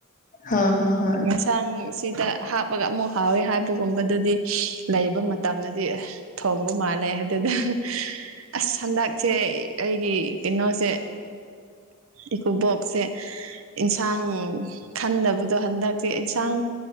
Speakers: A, on the left; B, on the right.
A: ꯍꯣꯏ ꯍꯣꯏ ꯍꯣꯏ
B: ꯍꯛꯁꯥꯡꯁꯤꯗ ꯍꯥꯞꯄꯒ ꯑꯃꯨꯛ ꯍꯥꯎꯋꯤ ꯍꯥꯏꯕꯒꯨꯝꯕꯗꯨꯗꯤ ꯂꯩꯕ ꯇꯝꯅꯗꯤ ꯊꯣꯡꯕ ꯃꯥꯜꯂꯦ ꯑꯗꯨꯗ ꯑꯁ ꯍꯟꯗꯛ ꯁꯦ ꯑꯩꯒꯤ ꯀꯩꯅꯣꯁꯦ ꯏꯀꯣ ꯕꯣꯛꯁꯦ ꯏꯟꯁꯥꯡ ꯈꯟꯗꯕꯗꯣ ꯍꯟꯗꯛꯇꯤ ꯏꯟꯁꯥꯡ